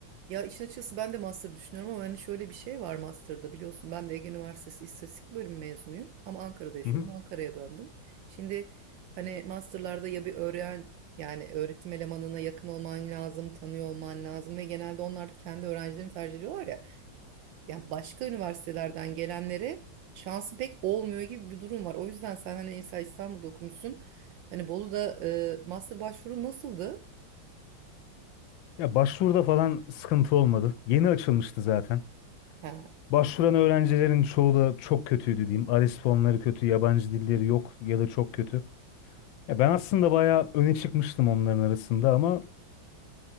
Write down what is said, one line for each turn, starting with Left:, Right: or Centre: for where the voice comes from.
Right: Ya işin açıkçası ben de master düşünüyorum ama hani şöyle bir şey var master'da biliyorsun ben de Ege Üniversitesi İstatistik bölümü mezunuyum ama Ankara'da yaşıyordum
Left: Hı hı.
Right: Ankara'ya döndüm. Şimdi hani master'larda ya bir öğren yani öğretim elemanına yakın olman lazım tanıyor olman lazım ve genelde onlar kendi öğrencilerini tercih ediyorlar ya. Yani başka üniversitelerden gelenlere şansı pek olmuyor gibi bir durum var. O yüzden sen hani mesela İstanbul'da okumuşsun. Hani Bolu'da e, master başvuru nasıldı?
Left: Ya başvuruda falan sıkıntı olmadı. Yeni açılmıştı zaten.
Right: Ha,
Left: Başvuran öğrencilerin çoğu da çok kötüydü diyeyim. ALES puanları kötü, yabancı dilleri yok ya da çok kötü. Ya ben aslında bayağı öne çıkmıştım onların arasında ama